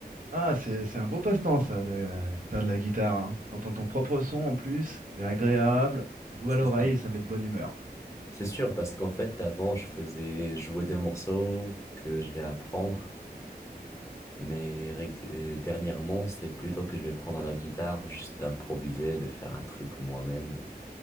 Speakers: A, on the right; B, on the left.
A: Ah, c'est c'est un beau passe-temps ça, de euh, faire de la guitare. hein. T'entends ton propre son en plus, c'est agréable, c'est doux
B: C'est
A: à l'oreille
B: ça.
A: et ça met de bonne humeur.
B: C'est sûr, parce qu'en fait, avant, je faisais jouer des morceaux que je vais apprendre. Mais rég- euh, dernièrement, c'est plutôt que je vais prendre la guitare, juste d'improviser, de faire un truc moi-même.